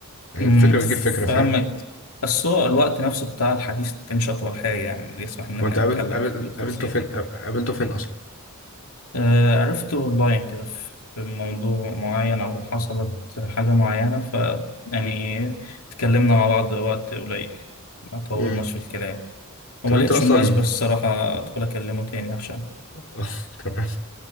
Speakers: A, on the left (about 60°); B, on the left (about 90°).
A: يعني
B: امم
A: الفكرة بتجيب فكرة
B: فاهمك
A: فاهم
B: بس هو الوقت نفسه بتاع الحديث ما كانش اطول حاجة يعني اللي يسمح ان احنا
A: هو أنت قابل
B: نتكلم
A: قابل
B: في التفاصيل
A: قابلته فين قاب- قابلته فين أصلا
B: آه، عرفت أونلاين كده في في موضوع معين أو حصلت حاجة معينة ف يعني اتكلمنا مع بعض وقت قليل ما طولناش
A: امم
B: في الكلام وما
A: طب أنت
B: لقيتش
A: أصلا
B: مناسبة الصراحة أدخل أكلمه تاني عشان
A: <laughs> تمام.